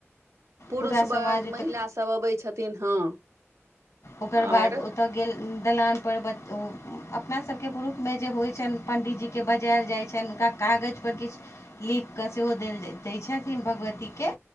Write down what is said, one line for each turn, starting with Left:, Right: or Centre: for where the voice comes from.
Right: पुरुष
Left: पूरा समाज
Right: वर्ग
Left: ओतय
Right: महिला सभ अबै छथिन हँ
Left: ओकर
Right: आओर
Left: बाद ओत गेल दलान पर अपना सबके पुरुष मे जे होइ छनि पण्डीजी के बजायल जाइ छनि हुनका कागज पर किछ लिख के सेहो देल दय छथिन भगवती के